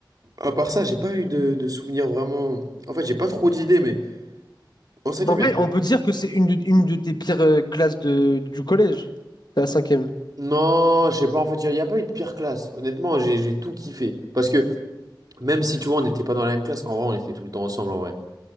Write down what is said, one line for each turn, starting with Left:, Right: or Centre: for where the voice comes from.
Right: à part ça, j'ai pas eu de, de souvenirs vraiment. En fait, j'ai pas trop d'idées, mais en cinquième,
Left: En vrai,
Right: il y avait-
Left: on peut dire que c'est une, de- une de tes pires euh, classes de, du collège, la cinquième.
Right: Non, je sais pas, en fait, il y, a y a pas eu de pire classe. Honnêtement, j'ai j'ai tout kiffé. Parce que même si, tu vois, on n'était pas dans la même classe, en vrai, on était tout le temps ensemble, en vrai.